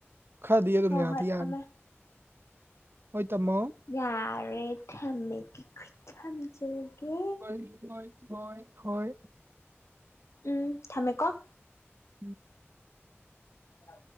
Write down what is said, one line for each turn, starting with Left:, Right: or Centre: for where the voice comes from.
Right: ꯈꯔꯗꯤ ꯑꯗꯨꯝ
Left: ꯍꯣꯏ
Right: ꯌꯥꯗꯤ
Left: ꯍꯣꯏ
Right: ꯌꯥꯅꯤ
Left: ꯊꯝꯃꯦ
Right: ꯍꯣꯏ ꯇꯃꯣ
Left: ꯌꯥꯔꯦ ꯊꯃꯦꯒ ꯊ ꯊꯝ ꯆꯃꯤꯒꯦ
Right: ꯍꯣꯏ ꯍꯣꯏ ꯍꯣꯏ
Left: ꯎꯝ ꯊꯝꯃꯦꯀꯣ
Right: ꯎꯝ
Left: ꯌꯥ